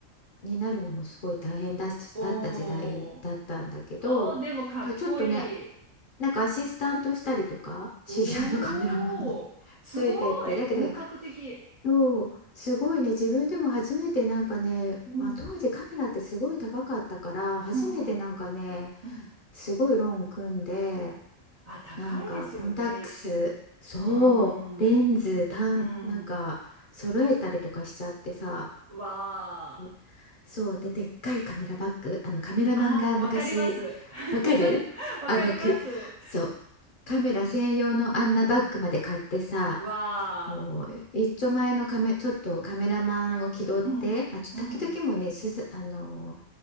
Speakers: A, on the left; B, on the right.
A: になるのもすごい大変だし、
B: おー。
A: だった時代だったんだけど
B: おー、でもかっこいい。
A: ちょっとねなんかアシスタントしたりとか知り合いのカメラマンに
B: おー。
A: <laughs>
B: すごい。
A: ついてってだけど
B: 本格的。
A: そう、すごいね、自分でも初めてなんかね、まあ、
B: うん。
A: 当時カメラってすごい高かったから、初めてなんかね、
B: うんうんうん。
A: すごいローン組んで、
B: あ、高いですよね。
A: なんかコンタックス、そう、
B: うーん。
A: レンズ、単、
B: うん。
A: なんか揃えたりとかしちゃってさ、
B: わ
A: で
B: ー。
A: そうで、でっかいカメラバッグ、あのカメラマンが昔、
B: あ、わかります。<laughs>
A: わかるあのく、
B: わかります。
A: そう、カメラ専用のあんなバッグまで買ってさ、
B: うんうん。わ
A: もう一丁前のカメ、ちょっとカメラマンを気取って、
B: ー。うんうん
A: まあ、ちょ時々もね、取材あの